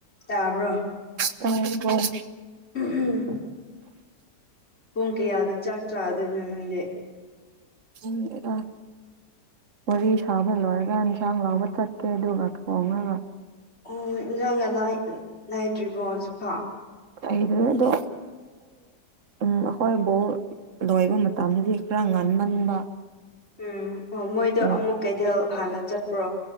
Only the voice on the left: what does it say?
ꯇꯥꯕ꯭ꯔꯣ
ꯎꯝ ꯎꯝ ꯄꯨꯡ ꯀꯌꯥꯗ ꯆꯥꯛ ꯆꯥꯗꯣꯏꯅꯣ ꯅꯪꯒꯤ
ꯑꯣ ꯏꯟꯖꯥꯡꯒ ꯂꯥꯏꯗ꯭ꯔꯤꯕꯣ ꯍꯧꯖꯤꯛꯐ
ꯎꯝ ꯑꯣ ꯃꯣꯏꯗ
ꯑꯃꯨꯛ ꯀꯩꯊꯦꯜ ꯍꯥꯟꯅ ꯆꯠꯄ꯭ꯔꯣ